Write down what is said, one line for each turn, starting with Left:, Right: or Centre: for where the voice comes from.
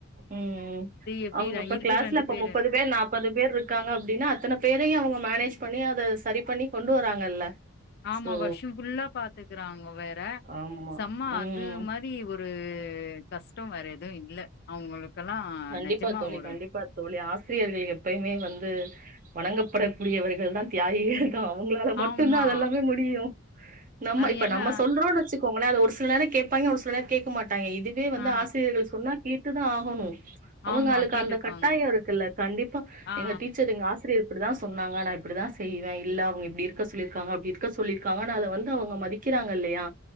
Right: உம்
Left: எப்டி
Right: அவங்க
Left: ர
Right: ப்ப
Left: இருக்கிற
Right: கிளாஸ்ல
Left: ரெண்டு
Right: இப்ப
Left: பேரு
Right: முப்பது பேர் நாப் ப்பது பேர் இருக்காங்க அப்டின்னா அத்தன பேரயு அவங்க மேனேஜ் பண்ணி அத சரி பண்ணி கொண்டு வராங்கல்ல
Left: ஆமா
Right: சோ
Left: வருஷம் ஃபுல்லா பாத்துக்கறாங்க வேற
Right: ஆமா
Left: செம்ம
Right: ம்
Left: அது மாரி ஒரு ஒரு கஷ்டோ வேற எதுவு இல்ல அவங்களுக்கெல்லா
Right: கண்டிப்பா
Left: நெஜமா
Right: தோழி,
Left: ஒரு
Right: கண்டிப்பா தோழி ஆசிரியர்கள் எப்பயுமே வந்து வணங்கப்படக்கூடியவர்கள் தான் தியாகிகள் தா அவங்களால மட்டுந்தா
Left: ஆமா
Right: அதெல்லாமே முடியு நம்ம
Left: அது
Right: இப்ப
Left: ஏன்னா
Right: நம்ம சொல்றோன் வச்சுக்கோங்களே அது ஒரு சில நேர கேப்பாங்க ஒரு சில நேர கேக்க மாட்டங் டாங்க இதுவே வந்து
Left: ஆ
Right: ஆசிரியர்கள் சொன்னா கேட்டுதா ஆகணு அவங்களுக்கு
Left: ஆமா கேட்டுப்பாங்கோ
Right: அந்த கட்டாயோ இருக்குல்ல கண்டிப்பா
Left: ஆ
Right: எங்க டீச்சரு ங்க ஆச ரியர் இப்படித்தா சொன்னாங்க நா இப்படித்தா செய்வே இல்ல அவங்க இப்படி இருக்க சொல்லிருக்காங்க அப்டி இருக்க சொல்லிருக்காங்க அத வந்து அவங்க மதி கிறாங்கல்லையா